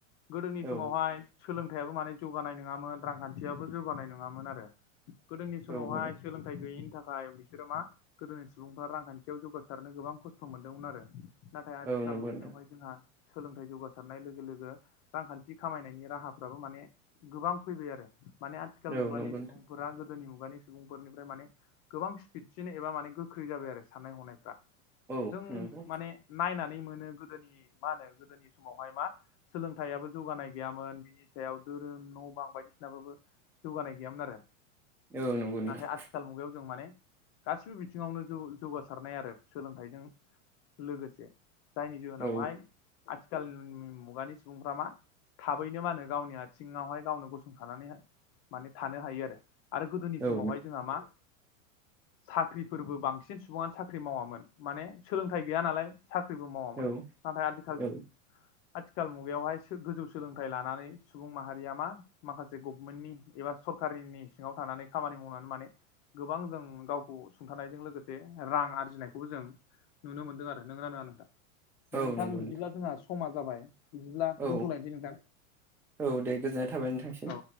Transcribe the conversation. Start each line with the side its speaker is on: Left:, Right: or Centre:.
Left: गोदोनि
Centre: औ
Left: समावहाय सोंलों थायाबो माने जौगानाय नङामोन रांखान्थियाबो जौगानाय नङामोन आरो गोदोनि समावहाय
Centre: औ औ
Left: सोलोंथाइ गैयिनि थाखाय बिसोरो मा गोदोनि सुबुंफ्रा रांखान्थियाव जौगासारनो गोबां खस्थ' मोन्दोंमोन आरो नाथाय आथिखाल
Centre: औ नंगौ
Left: मुगायावहाय
Centre: नोंथां
Left: जोंहा सोलोंथाइ जौगासारनाय लोगो लोगो रांखान्थि खामायनायनि राहाफ्राबो माने गोबां फैबाय आरो माने आथिखाल
Centre: औ
Left: मुगानि
Centre: नंगौ नोंथां
Left: सुबुंफोरा गोदोनि मुगानि सुबुंफोरनिफ्राय माने गोबां स्पिडसिन एबा माने गोख्रै जाबाय आरो साननाय हनायफ्रा
Centre: औ
Left: जों
Centre: नंगौ
Left: माने नायनानै नै मोनो गोदोनि माहोनो गोदोनि समावहाय मा सोलोंथाबो जौगानाय गैयामोन बिनि सायाव धोरोम न' बां बायदिसिनाबो जौगानाय गैयामोन आरो
Centre: औ नंगौ नोंथां
Left: नाथाय आथिखाल मुगायाव जों माने गासिबो बिथिं सिङावनो जौ जौगासारनाय आरो सोलोंथाइजों लोगोसे जायनि जाहोनावहाय
Centre: औ
Left: आथिखाल मुगानि सुबुंफ्रा मा थाबैनो मा होनो गावनि आथिङावहाय गावनो गसंथानानै माने थानो हायो आरो आरो गोदोनि समावहाय
Centre: औ
Left: जोंहा मा साख्रि फोरबो बांसिन सुबुङानो साख्रि मावामोन माने सोलोंथाइ गैया नालाय साख्रिबो मावामोन
Centre: औ
Left: नाथाय आथिखाल
Centre: औ
Left: आथिखाल मुगायावहाय गोजौ सोलोंथाइ लानानै सुबुं माहारिया मा माखासे गभमेन्टनि एबा सरकारिनि सिङाव थानानै खामानि मावनानै माने गोबां जों गावखौ सुंथानायजों लोगोसे रां आरजिनायखौबो जों नुनो मोनदों आरो नोंना नङा नोंथां
Centre: औ
Left: नोंथां
Centre: नंगौ
Left: बिदिब्ला जोंहा समा जाबाय बिदिब्ला दोनथ'लायनोसै
Centre: औ
Left: नोंथां
Centre: औ दे गोजोननाय थाबाय नोंथांसिम
Left: औ